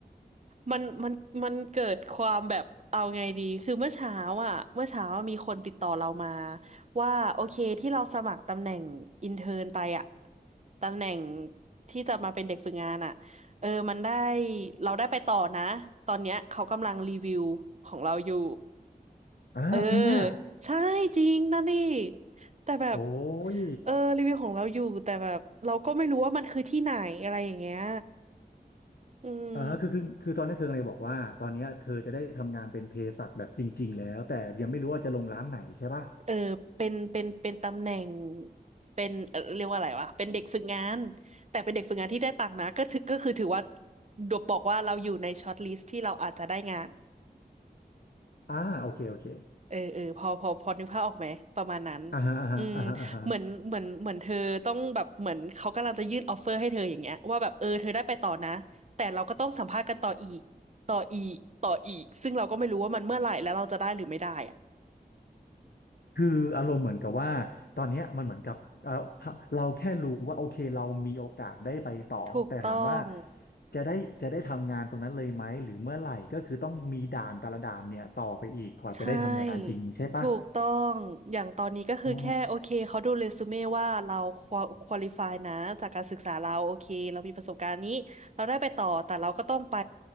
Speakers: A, on the right; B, on the left.
A: มันมันมันเกิดความแบบเอาไงดีคือเมื่อเช้าอ่ะเมื่อเช้ามีคนติดต่อเรามาว่าโอเคที่เราสมัครตำแหน่งอินเทิร์นไปอ่ะ ตำแหน่งที่จะมาเป็นเด็กฝึกงานอ่ะเออมันได้เราได้ไปต่อนะตอนเนี้ยเขากำลังรีวิวของเราอยู่
B: อ่าจริงอ่ะ
A: เออใช่จริงนะนี่แต่แบบ
B: โอ้ย
A: เออรีวิวของเราอยู่แต่แบบเราก็ไม่รู้ว่ามันคือที่ไหนอะไรอย่างเงี้ยอืม
B: อ่าคือคือคือตอนนี้เธอเลยบอกว่าตอนเนี้ยเธอจะได้ทำงานเป็นเภสัชแบบจริงๆแล้วแต่ยังไม่รู้ว่าจะลงร้านไหนใช่ปะ
A: เออเป็นเป็นเป็นตำแหน่ง เป็นเอ่อเรียกว่าอะไรวะเป็นเด็กฝึกงานแต่เป็นเด็กฝึกงานที่ได้ตังค์นะก็ถือก็คือถือว่าดวบอกว่าเราอยู่ในช็อตลิสต์ที่เราอาจจะได้งาน
B: อ่าโอเคโอเค
A: เออเออพอพอพอนึกภาพออกไหมประมาณนั้น
B: อ่าฮะอ่าฮะอ่าฮะอ่าฮะ
A: อืมเหมือนเหมือนเหมือนเธอต้องแบบเหมือนเขากำลังจะยื่นออฟเฟอร์ให้เธออย่างเงี้ยว่าแบบเออเธอได้ไปต่อนะแต่เราก็ต้องสัมภาษณ์กันต่ออีกต่ออีกต่ออีกซึ่งเราก็ไม่รู้ว่ามันเมื่อไหร่แล้วเราจะได้หรือไม่ได้อะ
B: คืออารมณ์เหมือนกับว่าตอนเนี้ยมันเหมือนกับเอ่าเราแค่รู้ว่าโอเคเรามีโอกาสได้ไปต่อแต่ถามว่า
A: ถูกต้อง
B: จะได้จะได้ทำงานตรงนั้นเลยไหมหรือเมื่อไหร่ก็คือต้องมีด่านแต่ละด่านเนี่ยต่อไปอีกกว่าจะได้ทำงานจริงใช่ปะ
A: ใช่ถูกต้องอย่างตอนนี้ก็คือแค่โอเคเขาดูเรซูเม่ว่าเราค
B: อ๋อ
A: วอลิฟายนะจากการศึกษาเราโอเคเรามีประสบการณ์นี้เราได้ไปต่อแต่เราก็ต้องไป